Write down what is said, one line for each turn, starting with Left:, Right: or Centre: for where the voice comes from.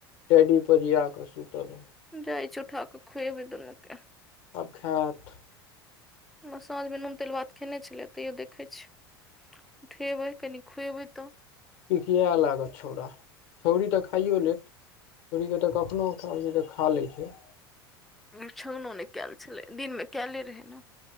Left: टेैडी पजीया कऽ सुतल है।
Centre: जाय छी उठा के खुएबै दुन के।
Left: आब खेएत?
Centre: ओन साँझमे नून तेल भात खेने छेलै तैयो देखै छीै। उठेबै कनि खुएबै तऽ।
Left: किकिए लागत छौड़ा छौरी तऽ खाइयो लेएत। छोरी के तऽ कखनो उठाबै हियै तऽ खा लै छै।
Centre: बीछओना नै केएल छेलै दिनमे केएले रहै न।